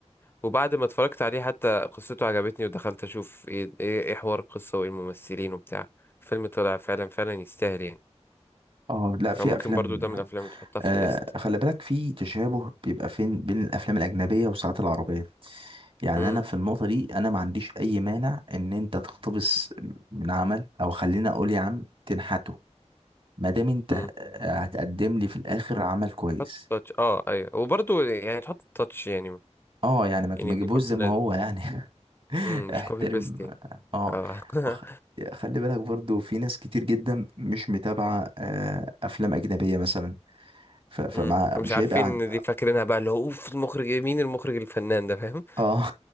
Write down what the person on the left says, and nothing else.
وبعد ما اتفرجت عليه حتى قصته عجبتني ودخلت اشوف ايه ايه, إيه حوار القصة وايه الممثلين وبتاع الفيلم طلع فعلا فعلا يستاهل يعني
فممكن
برضو ده
من الافلام اللي تحطها
في الليست
امم
امم
حط التاتش اه ايوه وبرضو يعني تحط التاتش يعني
يعني
دي برضو
لازم
امم مش
كوبي بيست يعني
اه <laughs>
امم فمش
عارفين
دي فاكرينها بقى اللي هو اوف المخرج إيه؟ مين المخرج الفنان ده فاهم؟